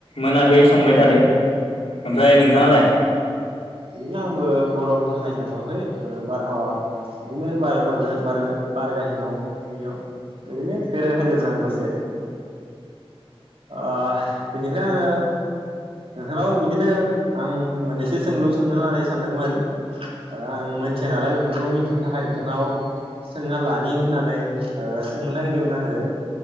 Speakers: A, on the left; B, on the right.
A: मोनाखै संबाय थादो। ओमफ्राय नोंथाङालाय?
B: औ बिदिनो आंबो गरमनि थाखाय जाथ'वाखै ओ बारहावा बिदिनो बार-बार फार गाहि दं बेयाव ओरैनो बेरायनो फैदों आरो आं दसे। ओ बेनिफ्राय आङो नोंथांनाव बिदिनो आं मोननैसो सोंलु सोंनो होननानै सानदोंमोन? ओ आं मोनथिया नालाय बेफोरखौ मिथिनो थाखाय नोंथांनाव सोंना लानि होननानै ओ सोंनो नागिरदोंमोन आङो